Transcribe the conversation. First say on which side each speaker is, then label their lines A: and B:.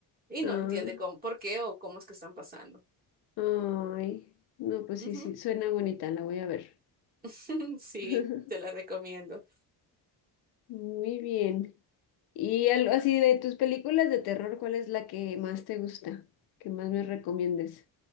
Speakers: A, on the right; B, on the left.
A: y no
B: Ah,
A: entiende cómo, por qué o cómo es que están pasando.
B: ay, no, pues
A: Ujú.
B: sí, sí, suena bonita, la voy a ver.
A: <laughs> Sí,
B: <laughs>
A: te la recomiendo.
B: Muy bien. Y algo así de tus películas de terror, ¿cuál es la que más te gusta? ¿Que más me recomiendes?